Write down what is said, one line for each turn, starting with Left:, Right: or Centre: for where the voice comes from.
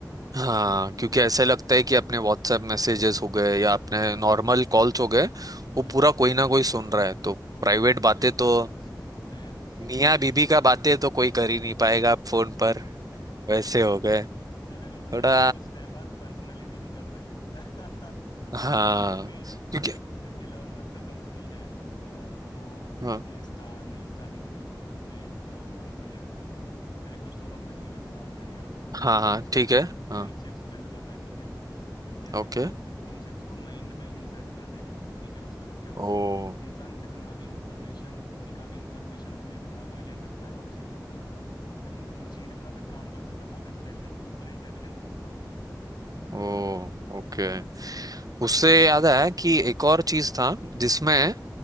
Right: हाँ क्योंकि ऐसे लगता है कि अपने व्हाट्सएप मैसेजेस हो गए या अपने
Left: हम्म
Right: नॉर्मल कॉल्स हो गए
Left: हम्म
Right: वो पूरा कोई ना कोई सुन रहा है तो
Left: फोटोज
Right: प्राइवेट बातें
Left: वीडियोस
Right: तो
Left: बातें सब
Right: मियाँ
Left: कुछ
Right: बीबी का बातें तो कोई
Left: <laughs>
Right: कर ही नहीं पाएगा अब फोन पर वैसे हो
Left: हाँ,
Right: गए
Left: मेरे को तो लग
Right: थोड़ा
Left: रहा है कुछ टाइम बाद पर्सनली भी नहीं कर पाएंगे <laughs>
Right: हाँ
Left: क्योंकि
Right: क्योंकि
Left: एक इलोन मस्क का कंपनी है अ, वो कौन
Right: हाँ
Left: सी स्टार नहीं स्टारलिंक नहीं एक अ, कौन सी है अरे कुछ तो कंपनी है मेरे को नाम ध्यान नहीं आ रहा तो वो क्या
Right: हाँ
Left: कर रहा
Right: हाँ
Left: है वो
Right: ठीक
Left: एआई
Right: है हाँ
Left: एआई चिप्स बिल्ड कर रहा है ठीक है जैसे
Right: ओके
Left: कि वो उन चिप्स को माइंड में इंसर्ट कर देगा ठीक है उसके बाद क्या होगा
Right: ओ
Left: इंसान कितना भी इंफॉर्मेशन किसी का भी इंफॉर्मेशन अपने दिमाग में ले सकता है और उस हिसाब से मतलब एकदम मतलब मशीन की तरह फिर काम कर सकता है बहुत इंटेलिजेंट सुपर इंटेलिजेंट बन जाएगा
Right: ओ
Left: ऐसा
Right: ओके उससे याद आया कि एक और चीज था जिसमें
Left: हम्म